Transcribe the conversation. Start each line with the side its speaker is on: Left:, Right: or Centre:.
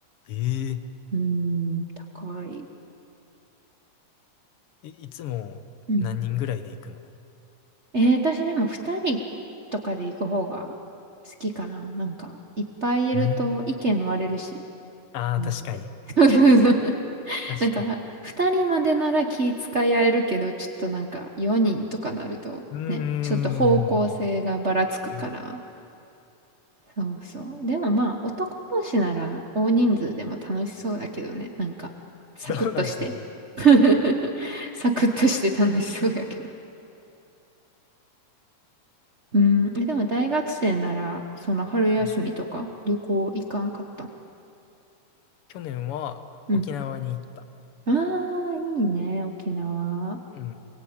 Left: ええ
Right: ーん、高い。
Left: い、いつも何人ぐらいで行くの
Right: うん。えー、私でも2人とかで行く方が好きかな。なんか、いっぱいいると意見割れるし、
Left: うん。ああー、
Right: 現地で。
Left: 確かに。
Right: <laughs> そうそうそう。
Left: 確かに。
Right: なんか、2人までなら気遣い合えるけど、ちょっとなんか4人とかなると、
Left: うーん。
Right: ね、ちょっと方向性がばらつくから、
Left: うん。
Right: そうそう。でもまあ、男同士なら大人数でも楽しそうだけどね。なんか、サクッとして。
Left: どうなんかな。
Right: <laughs> サクッとして楽しそうやけど。うん。え、でも大学生なら、その春休みとか旅行行かんかったん
Left: はい。去年は沖縄に行った。
Right: うん。ああ、いいね、沖縄。
Left: うん。